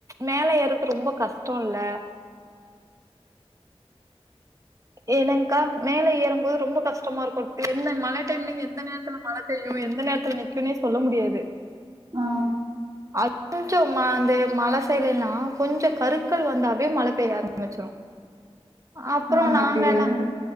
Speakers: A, on the right; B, on the right.
A: மேல ஏற்ரது ரொம்ப கஷ்டோல்ல ஏன்னங்கா மேல ஏறும்போது ரொம்ப கஷ்டமாருக்கு என்ன மழ டைம்ல நீங்க எந்த நேரத் துல மழை பெய்யு எந்த நேரத்துல நிக்குன்னே சொல்ல முடியாது
B: ஆ
A: ஆ கொஞ்சோ மா அந்த மழ சைட்லேல்லா கொஞ்சோ கருக்கள் வந்தாவே மழ பெய்ய ஆரம்மிச்சுரு அப்புறோ
B: ஆ
A: நாங்க
B: அப்டியா
A: என்னா